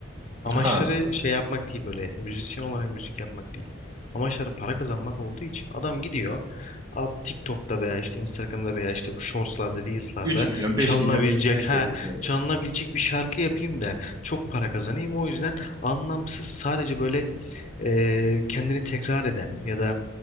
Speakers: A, on the left; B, on the right.
A: Amaçları
B: Ha,
A: şey yapmak değil böyle müzisyen olarak müzik yapmak değil. Amaçları para kazanmak olduğu için adam gidiyor abi TikTok'ta veya işte Instagram'da veya işte bu Shorts'larda, Reels'larda
B: 3 milyon, 5
A: çalınabilecek
B: milyon izlenemeyebiliyor.
A: ha çalınabilecek bir şarkı yapayım da çok para kazanayım. O yüzden anlamsız sadece böyle e, kendini tekrar eden ya da